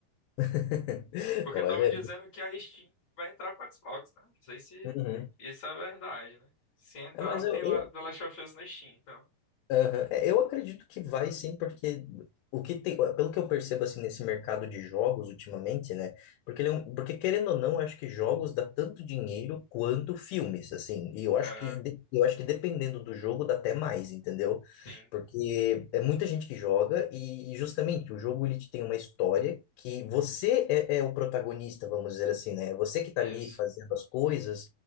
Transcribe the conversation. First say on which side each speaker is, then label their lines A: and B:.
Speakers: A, on the left (about 85°); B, on the left (about 30°).
A: <laughs>
B: Porque
A: Olha.
B: estavam dizendo que a Steam vai entrar pro Xbox, né? Não sei se
A: Uhum.
B: isso é verdade, né? Se entrar,
A: É, mas
B: tem
A: eu,
B: lá
A: eu,
B: The Last of Us na Steam, então.
A: Aham. É, Eu acredito que vai sim, porque o que tem, pelo que eu percebo assim nesse mercado de jogos ultimamente, né? Porque ele é um- porque querendo ou não, eu acho que jogos dá tanto dinheiro quanto filmes, assim. E eu acho
B: É,
A: que de- eu acho que dependendo do jogo dá até mais, entendeu?
B: sim,
A: Porque é muita gente que joga e, e justamente o jogo ele te tem uma história que você é, é o protagonista, vamos dizer assim, né? Você que tá
B: isso.
A: ali fazendo as coisas,